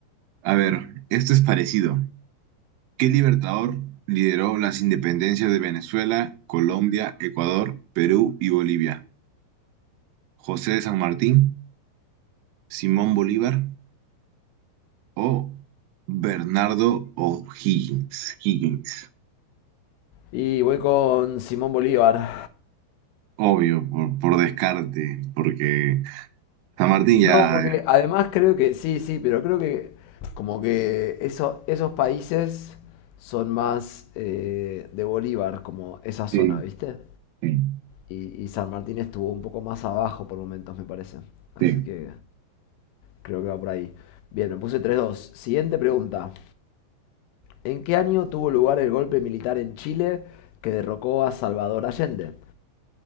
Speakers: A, on the right; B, on the left.
A: A ver, esto es parecido. ¿Qué libertador lideró las independencias de Venezuela, Colombia, Ecuador, Perú y Bolivia? ¿José de San Martín? ¿Simón Bolívar? o Bernardo O'Higgins. Higgins.
B: Y voy con Simón Bolívar.
A: Obvio, por, por descarte, porque San Martín
B: No,
A: ya.
B: porque además creo que, sí, sí, pero creo que como que eso, esos países son más eh, de Bolívar, como esa zona,
A: Sí,
B: ¿viste?
A: sí,
B: Y, y San Martín estuvo un poco más abajo por momentos, me parece. Así
A: sí.
B: que creo que va por ahí. Bien, me puse tres dos. Siguiente pregunta. ¿En qué año tuvo lugar el golpe militar en Chile que derrocó a Salvador Allende?